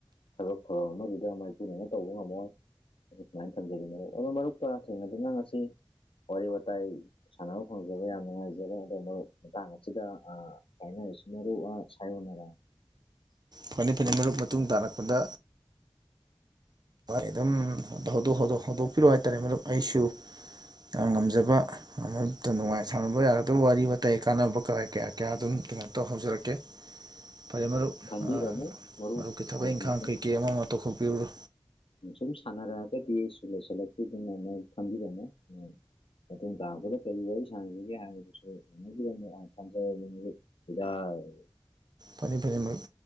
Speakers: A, on the left (about 80°); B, on the right (about 50°).
A: ꯊꯕꯛ ꯊꯧꯔꯝ ꯑꯃꯗꯨꯗ ꯃꯥꯏꯄꯨꯅꯅ ꯇꯧꯕ ꯉꯝꯃꯣꯏ ꯑꯗꯨ ꯁꯨꯃꯥꯏꯟ ꯊꯝꯖꯒꯦ ꯑꯗꯣ ꯃꯔꯨꯞꯀ ꯊꯦꯡꯅꯗꯨꯅ ꯉꯁꯤ ꯋꯥꯔꯤ ꯋꯥꯇꯥꯏ ꯁꯥꯟꯅꯕ ꯐꯪꯖꯕ ꯌꯥꯝ ꯅꯨꯡꯉꯥꯏꯖꯔꯦ ꯑꯗꯨꯕꯨ, ꯃꯇꯥꯡ ꯑꯁꯤꯗ ꯑꯥ ꯀꯥꯏꯅꯔꯁꯤ ꯃꯔꯨꯞ ꯑꯥ ꯁꯥꯏꯌꯣꯟꯅꯔ꯫
B: ꯐꯅꯤ ꯐꯅꯤ ꯃꯔꯨꯞ ꯃꯇꯨꯡ ꯇꯥꯔꯛꯄꯗ ꯑꯗꯨꯝ ꯍꯧꯗꯣꯛ ꯍꯧꯗꯣꯛ ꯍꯧꯗꯣꯛꯄꯤꯔꯣꯑꯣ ꯍꯥꯏꯇꯥꯔꯦ ꯃꯔꯨꯞ ꯑꯩꯁꯨ꯫ ꯑꯥ ꯉꯝꯖꯕ, ꯑꯃꯠꯇ ꯅꯨꯡꯉꯥꯏ ꯁꯥꯟꯅꯕ ꯌꯥꯒꯗꯕ ꯋꯥꯔꯤ ꯋꯥꯇꯥꯏ ꯀꯥꯟꯅꯕ ꯀꯌꯥ ꯀꯌꯥ ꯀꯌꯥ ꯑꯗꯨꯝ ꯀꯩꯅꯣ ꯇꯧ ꯍꯧꯖꯔꯛ ꯀꯦ ꯐꯔꯦ ꯃꯔꯨꯞ
A: ꯈꯟꯕꯤꯔꯝꯃꯨ
B: ꯑꯥ
A: ꯃꯔꯨꯞ
B: ꯃꯔꯨꯞꯀꯤ ꯊꯕꯛ
A: ꯍꯥꯏꯗꯤ
B: ꯏꯪꯈꯥꯡ ꯀꯩꯀꯩ ꯑꯃ ꯑꯃ ꯇꯧꯈꯣꯛꯄꯤꯔꯨꯔꯣ꯫
A: ꯁꯨꯨꯝ ꯁꯥꯟꯅꯔꯛꯑꯒꯗꯤ <unintelligible> ꯈꯪꯕꯤꯒꯅꯨ꯫ ꯃꯇꯨꯡ ꯇꯥꯔꯛꯄꯗ ꯀꯔꯤ ꯋꯥꯔꯤ ꯁꯥꯟꯁꯤꯒꯦ ꯍꯥꯏꯕꯗꯨꯁꯨ <unintelligible> ꯊꯝꯖꯔꯒꯦ ꯃꯔꯨꯞ꯫ <unintelligible>
B: ꯐꯅꯤ ꯐꯅꯤ ꯃꯔꯨꯞ꯫